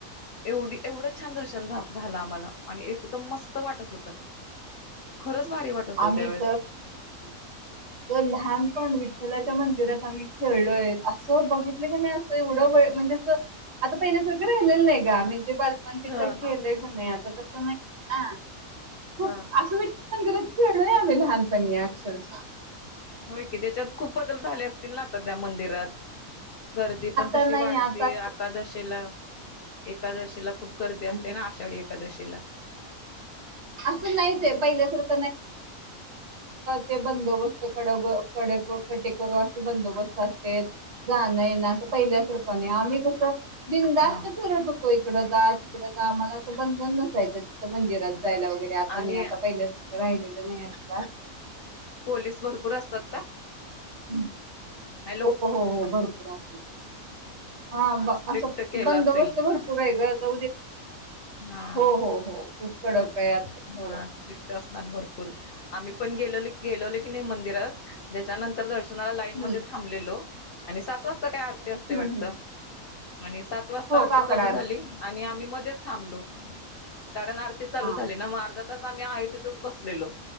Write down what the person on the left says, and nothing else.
एवढी एवढंच छान दर्शन झाल झालं आम्हाला. आणि एकदम मस त वाटत होत. खरंच भारी वाट होतं
त्यावेेळेस.
<unintelligible>
हा
हा
हो की त्याच्यात खूप बदल झाले असतील ना आता त्या मंदिर तेरात गर्दी पण
तशी
वाढते
एकादशीेला एकादशीला खूप गर्दी असते
ना आषाढी एकादशी <inaudible>
हा
आणि
पोलीस भरपूर असतात का?
हॅलो
स्ट्रिक्ट
केलं
असेल
हा
हा स्ट्रिक्ट असणार भरपूर आम्ही पण गेले गेलेले कणी नाही मंदिरात याच्यानंतर लाईन
मध्ये थांबलेलो. आणि सात वाजता काय अ रती असते
वाटत?
आणि सात वाजता
आरती
चालू झाली आणि आम्ही मध्येच थांबलो कारण आरती चालू
झाली ना मग अर्धा आम्ही आहे तिथच बसलेलो